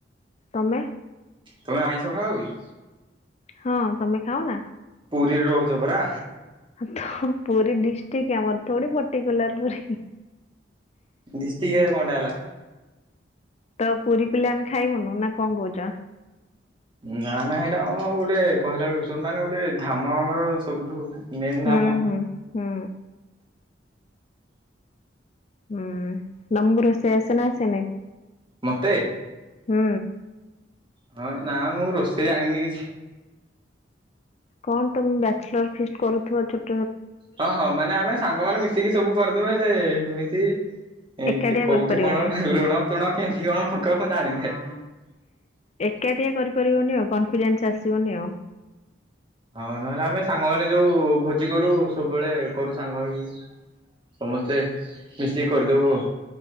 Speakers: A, on the left; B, on the right.
A: ତମେ
B: ତମେ ଆଇଁଷ ଖାଅ କି?
A: ହଁ ତମେ ଖାଅନା?
B: ପୁରିରେ ରହୁଚ ପରା।
A: ତ ପୁରି ଡିଷ୍ଟିକ୍ ଆମର ଥୋଡି ପର୍ଟିକୁଲାର ପୁରି ହୁଁ।
B: ଡିଷ୍ଟିକ୍ ହେ କଣଟା ହେଲା।
A: ତ ପୁରି ପିଲା ଆମେ ଖାଇବୁନୁ ନା କଣ କୋହୁଚ?
B: ନା ନା ହେଇଟା ଆମ ଗୋଟେ କହିଲା ବେଳକୁ ସୁ ମାନେ ଗୋଟେ ଧାମ ଆମର ସବୁଠୁ ମେନ୍ ଧାମ।
A: ହୁଁ ହୁଁ ହୁଁ। ହୁଁ ତମକୁ ରୋଷେଇ ଆସେନା ଆସେନି?
B: ମତେ
A: ହୁଁ।
B: ହଁ ନା ମୁଁ ରୋଷେଇ ଜାଣିନି କିଛି।
A: କଣ ତମେ ବ୍ୟାଚଲର ଫିଷ୍ଟ କରୁଥିବ ଛ
B: ହଁ ହଁ ମାନେ ଆମେ ସାଙ୍ଗମାନେ ମିଶିକି ସବୁ କରିଦେବୁ ହେଲେ ଏମିତି ଏ
A: ଏକାଠିଆ
B: କେ କୋଉଠି
A: କରିପାରିବନି
B: ହେଁ କଣ ଲୁଣ ତୁଣ କେମତି କଣ ପକାଅ ମୁଁ ଜାଣିିନି।
A: ଏକାଟିିଆ କରିପାରିବନି ଆଉ କନଫିଡେନ୍ସ ଆସିବନି ଆଉ।
B: ହଁ ନହେଲେ ଆମେ ସାଙ୍ଗମାନେ ଯୋଉ ଭୋଜି କରୁ ସବୁବେଳେ କରୁ ସାଙ୍ଗ ହେଇକି। ସମସ୍ତେ ମିଶିକି କରିଦେବୁ ଆଉ।